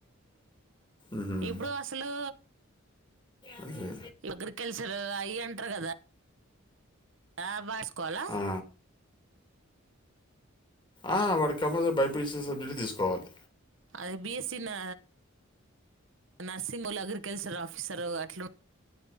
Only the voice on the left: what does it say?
మ్మ్.
అదే
ఆ. ఆ, వాడికి కంపల్సరీ బైపీసీ సబ్జెక్ట్ తీసుకోవాలి